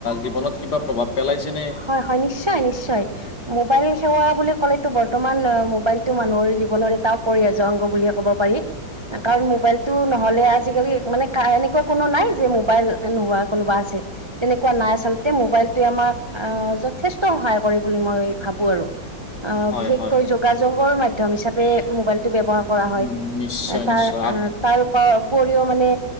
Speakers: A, on the left; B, on the right.
A: জীৱনত কিবা প্ৰভাৱ পেলাইছে নে
B: হয় হয় নিশ্চয় নিশ্চয় মোবাইল সেৱা বুলি ক'লেতো বৰ্তমান মোবাইলটো মানুহৰ জীৱনৰ এটা অপৰিহাৰ্য্য অংগ বুলিয়ে ক'ব পাৰি। কাৰণ মোবাইলটো নহ'লে আজিকালি মানে এনেকুৱা কোনো নাই যে মোবাইল নোহোৱা কোনোবা আছে। তেনেকুৱা নাই আচলতে মোবাইলটোৱে আমাক যথেষ্ট সহায় কৰে বুলি মই ভাবো আৰু
A: হয়
B: বিশেষকৈ
A: হয়
B: যোগ যোগাযোগৰ মাধ্যম হিচাপে মোবাইলটো ব্যৱহাৰ কৰা হয়
A: উম, নিশ্চয়
B: তাৰ
A: নিশ্চয়
B: তাৰ ওপৰ উপৰিও মানে